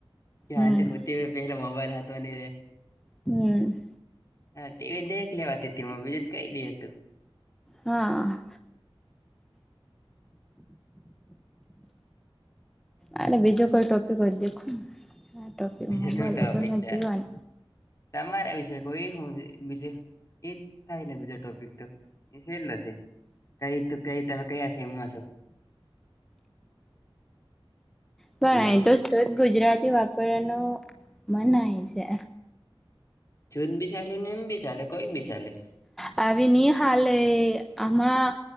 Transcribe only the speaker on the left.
કે હા
જે હોતે હોય પહેલા મોબાઈલ હાથમાં નહી રહેે.
હા ટીવી દેખ લેવાતી હતીમાં બીજું જ કઈ દી હતું.
બીજા
તો ટોપિક
છે
તમારા વિશે કોઈ શું બીજે એ થાય ને બીજા ટોપિક તો એ છેર લશે. કઈ તું કઈ તમે કયા સેમમાં છો?
હેલો
જૂદ બી ચાલે ને એમ બી ચાલે કોઈ બી ચાલે.